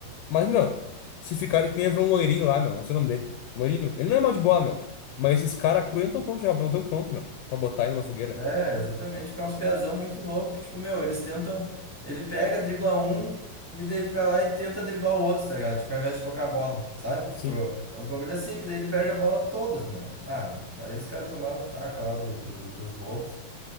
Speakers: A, on the left; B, in the centre.
A: Mas, meu, se ficar que nem entrou um loirinho lá, meu, não sei o nome dele. Loirinho, ele não é mal de bola, meu. Mas esses caras cru não tão prontos já, não tão pronto, meu, pra botar ele numa fogueira.
B: É, exatamente. Tipo, é uns piazão muito novo que, tipo, meu, eles tentam. Ele pega, dribla um, e daí ele vai lá e tenta driblar o outro, tá ligado? Tipo, ao invés de tocar a bola, sabe?
A: Sim.
B: Tipo, é uns bagulho assim, que daí ele perde a bola todas, meu. Ah, aí os caras tomaram um taco lá do, do- dos lobos.